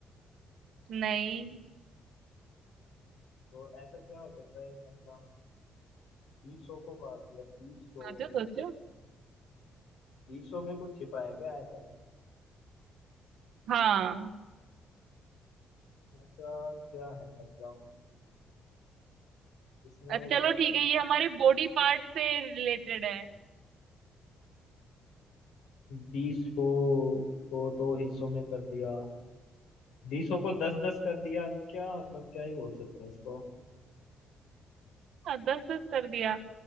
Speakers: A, on the right; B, on the left.
A: नहीं
B: तो ऐसा क्या हो सकता है मतलब बीसों को काट दिया बीसों
A: सोचो सोचो
B: बीसों में कुछ छिपा है क्या ऐसा
A: हाँ
B: ऐसा क्या है मतलब इसमें
A: अ,
B: क्या
A: चलो ठीक है ये
B: है
A: हमारे बॉडी पार्ट से रिलेटेड है
B: बीस को को दो हिस्सों में कर दिया बीसों को दस दस कर दिया क्या मतलब क्या ही बोल सकते हैं इसको
A: हाँ दस दस कर दिया